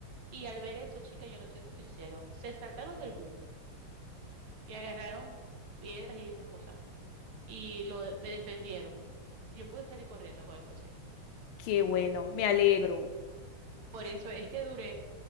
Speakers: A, on the right; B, on the left.
A: Y al ver eso, chica, yo no sé cómo hicieron. Se saltaron del bus y agarraron piedras y esas cosas. Y lo, me defendieron. Yo pude salir corriendo con el coche.
B: Qué bueno. Me alegro.
A: Por eso es que duré